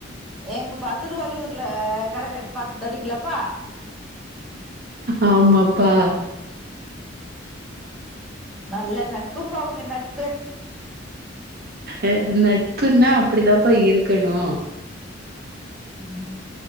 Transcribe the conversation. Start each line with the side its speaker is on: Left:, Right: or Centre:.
Centre: எங்ப்பா திருவள்ளூர்ல கட க்க பாத்து தரீங்களாப்பா
Right: ஆமாப்பா
Centre: நல்ல நட்பு பா உங்க நட்பு
Right: அ நட்புன்னா அப்படிதாப்பா இருக்கணு
Centre: ம்